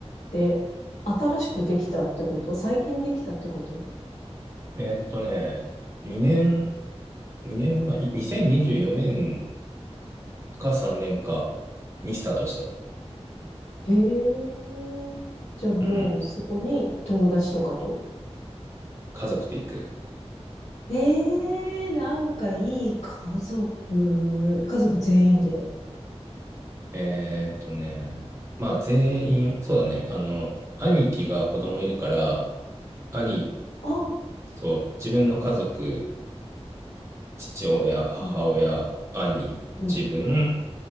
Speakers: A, on the left; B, on the right.
A: て新しくできたってこと最近できたってこと
B: えーっとね、2年、2年前、い2024年か3年かにスタートした。
A: へえ。じゃあもうそこに友達とかと
B: うん。家族で行く。
A: ええなんかいい家族、家族全員で。
B: えーっとね、まあ全員、そうだね、あの、兄貴が子供いるから、兄、
A: ああ、
B: そう、自分の家族、父親、母親、
A: うん、
B: 兄、
A: うん、
B: 自分、